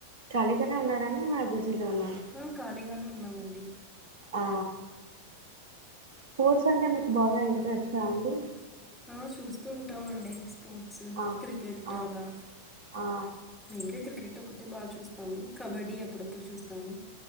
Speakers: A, on the right (about 55°); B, in the centre.
A: ఖాళీగానే ఉన్నారండి ఏమన్నా బిజీగా ఉన్నారా
B: ఆ ఖాళీగానే ఉన్నా. మండి
A: ఆ స్పోర్ట్స్ అంటే మీకు బాగా ఇంట్రెస్ట అండి
B: అ చూస్తూ ఉంటామండి పొట్సు
A: ఆ
B: క్రికెట్
A: ఆ
B: అలా
A: ఆ
B: డైలీ క్రికెట్ ఒకటే బాగా చూస్ తము కబడ్డీ అప్పుడప్పుడు చూస్తాము